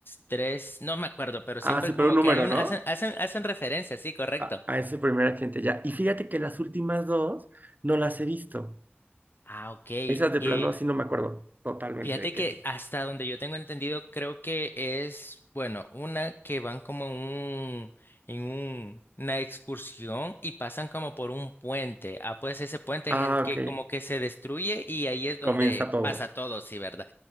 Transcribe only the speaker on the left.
tres, no me acuerdo, pero
siempre
como
que hay un,
hacen, hacen, hacen referencia, sí, correcto.
Ah, ok,
que
Fíjate
que hasta donde yo tengo entendido, creo que es, bueno, una que van como en un, en un, una excursión y pasan como por un puente. Ah, pues ese puente
es el que
como que se destruye y ahí es donde
pasa todo, sí, ¿verdad?